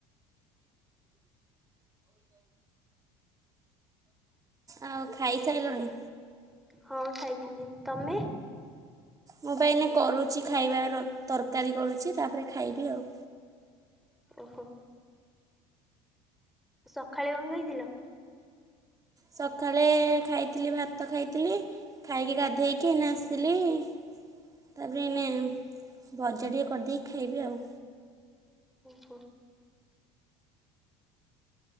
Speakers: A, on the right; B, in the centre.
A: ଆଉ ଖାଇସାରିଲଣି?
B: ହଁ ଖାଇଥିଲି ତମେ?
A: ମୁଁ ପାଇଁନ କରୁଛି ଖାଇବାର ତରକାରୀ କରୁଛି ତାପରେ ଖାଇବି ଆଉ।
B: ଓହୋ ସକାଳେ କଣ ହେଇଥିଲ?
A: ସକାଳେ ଖାଇଥିଲି ଭାତ ଖାଇଥିଲି ଖାଇକି ଗାଧେଇକି ଏଇନେ ଆସିଥିଲି ତାପରେ ଏଇନେ ଭଜା ଟିକେ କରିଦେଇକି ଖାଇବି ଆଉ।
B: ଓହୋ